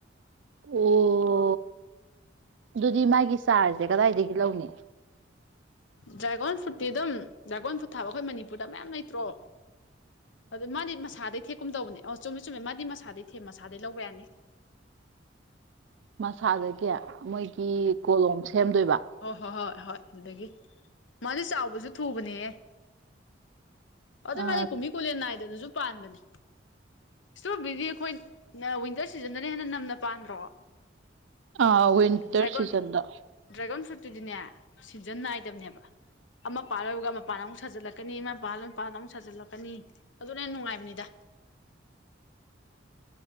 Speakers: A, on the right; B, on the left.
A: ꯑꯣ ꯑꯗꯨꯗꯤ ꯃꯥꯒꯤ ꯆꯥꯔꯁꯦ ꯀꯗꯥꯏꯗꯒꯤ ꯂꯧꯅꯤ
B: ꯗ꯭ꯔꯥꯒꯣꯟ ꯐ꯭ꯔꯨꯠꯇꯤ ꯑꯗꯨꯝ ꯗ꯭ꯔꯥꯒꯣꯟ ꯐ꯭ꯔꯨꯠ ꯊꯥꯕ ꯑꯩꯈꯣꯏ ꯃꯅꯤꯄꯨꯔꯗ ꯃꯌꯥꯝ ꯂꯩꯇ꯭ꯔꯣ ꯑꯗꯨ ꯃꯥꯗꯤ ꯃꯁꯥꯗꯩ ꯊꯦꯛꯀꯨꯝꯗꯧꯕꯅꯦ ꯑꯣ ꯆꯨꯝꯃꯦ ꯆꯨꯝꯃꯦ ꯃꯥꯗꯤ ꯃꯁꯥꯗꯩ ꯊꯦꯛ ꯃꯁꯥꯗꯩ ꯂꯧꯕ ꯌꯥꯅꯤ
A: ꯃꯁꯥꯗꯒꯤ ꯃꯣꯏꯒꯤ ꯀꯣꯂꯣꯝ ꯁꯦꯝꯗꯣꯏꯕ
B: ꯑꯣ ꯍꯣ ꯍꯣ ꯍꯣꯏ ꯑꯗꯒꯤ ꯃꯥꯗꯤ ꯆꯥꯎꯕꯁꯨ ꯊꯨꯕꯅꯦꯍ ꯑꯗꯨꯗꯩ
A: ꯑ
B: ꯃꯥꯗꯤ ꯀꯨꯝꯕꯤ ꯀꯨꯂꯦꯟ ꯅꯥꯏꯗꯅꯁꯨ ꯄꯥꯟꯕꯅꯦ ꯏꯁꯇꯣꯕꯦꯕꯤꯗꯤ ꯑꯩꯈꯣꯏ ꯋꯤꯟꯇꯔ ꯁꯤꯖꯟꯗꯅ ꯍꯦꯟꯅ ꯅꯝꯅ ꯄꯥꯟꯗ꯭ꯔꯣ
A: ꯑ ꯋꯤꯟꯇꯔ
B: ꯗ꯭ꯔꯥꯒꯣꯟ
A: ꯁꯤꯖꯟꯗ
B: ꯗ꯭ꯔꯥꯒꯣꯟ ꯐ꯭ꯔꯨꯠꯇꯨꯗꯤꯅꯦ ꯁꯤꯖꯟ ꯅꯥꯏꯗꯕꯅꯦꯕ ꯑꯃ ꯄꯥꯜꯂꯒ ꯃꯄꯥꯅ ꯑꯃꯨꯛ ꯁꯥꯖꯤꯜꯂꯛꯀꯅꯤ ꯑꯃ ꯄꯥꯜꯂꯒ ꯃꯄꯥꯅ ꯑꯃꯨꯛ ꯁꯥꯖꯤꯜꯂꯛꯀꯅꯤ ꯑꯗꯨꯅ ꯍꯦꯟꯅ ꯅꯨꯡꯉꯥꯏꯕꯅꯤꯗ